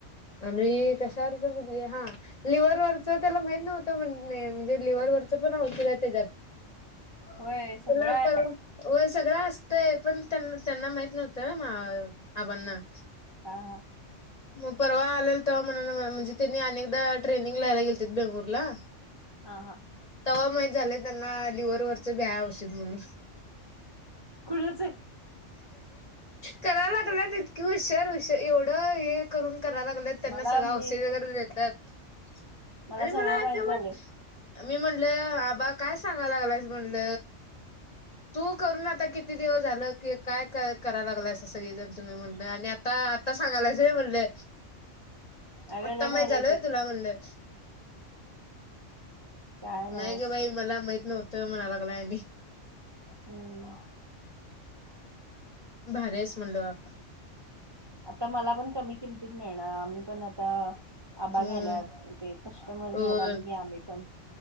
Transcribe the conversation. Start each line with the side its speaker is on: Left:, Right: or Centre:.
Left: आ मी कशावरच बजली हा. लिव्हवरचं त्याला माहित नव्हतं म्हण म्हणजे लिव्हवरचं पण औध त्याला
Right: होय सगळं
Left: आप
Right: आहे
Left: हो सगळं असतय पण त्यां त्यांना माहित नव्हतं आबांना
Right: हा हा.
Left: मग परवा आलेल तर म्हण म्हणजे त्यांनी अनेकदा ट्रेनिंग लाहायला गेलेतील बेंगुरला <inaudible>
Right: हां हां.
Left: तवा माहीत झालंय त्यांना लिव्हरवररच व्याया आवशित म्हणून
Right: कुळच?
Left: करा लागला इतक हशार हश एवढं हे करून करा लाग. त्यांना
Right: मला
Left: सग
Right: मी
Left: औषधी वगैरे देतात आणि
Right: सगळं
Left: मला
Right: माहित
Left: जे
Right: झालंय
Left: वाट. मी म्हणल आबा काय सांगाय लागालायचं म्हणल. तू करून आता किती दिवस झालं कि काय कराय लागला असं सगळेजण तुम्ही म्हणलं आणि आता म्हणले
Right: अगं
Left: आता
Right: लय
Left: माही
Right: भारी
Left: झालय
Right: आहे ते
Left: तुला म्हणलं.
Right: काय नव्हच.
Left: नाही ग बाई मला माहत नव्हतं म्हणालागला.
Right: हम्म.
Left: भरच म्हणलो आप
Right: आता मला पण कमी किमतीत मिळणार आम्ही पण आता आबा
Left: हम्म
Right: घ्याल्यात ते कस्टमर
Left: होय
Right: जोडाले गे आले पण.